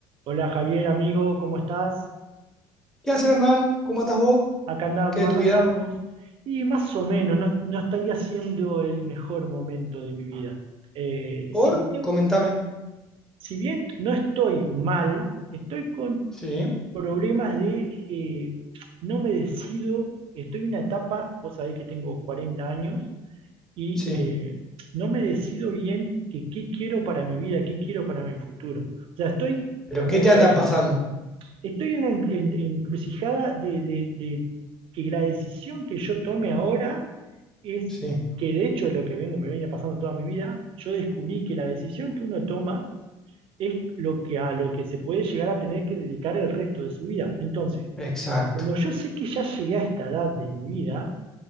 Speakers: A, on the right (about 60°); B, in the centre.
A: Hola Javier, amigo, ¿cómo estás?
B: ¿Qué haces, Hernán? ¿Cómo andás vos?
A: Acá andamos,
B: ¿Qué de
A: acá
B: tu vida?
A: andamos. Y más o menos, no, no estaría siendo el mejor momento de mi vida. Eh,
B: ¿Por?
A: si bien,
B: Comentame.
A: si bien no estoy mal, estoy con
B: Sí,
A: problemas de, eh, no me decido, estoy en una etapa, vos sabés que tengo 40 años, y
B: sí.
A: eh, no me decido bien que qué quiero para mi vida, qué quiero para mi futuro. O sea, estoy
B: ¿Pero
A: como
B: qué te
A: que
B: anda
A: ahí
B: pasando?
A: estoy en una en- en- encrucijada de, de- de que la decisión que yo tome ahora es
B: Sí,
A: que de hecho es lo que vengo, me viene pasando toda mi vida, yo descubrí que la decisión que uno toma es lo que, a lo que se puede llegar a tener que dedicar el resto de su vida. Entonces,
B: exacto.
A: como yo sé que ya llegué a esta edad de mi vida,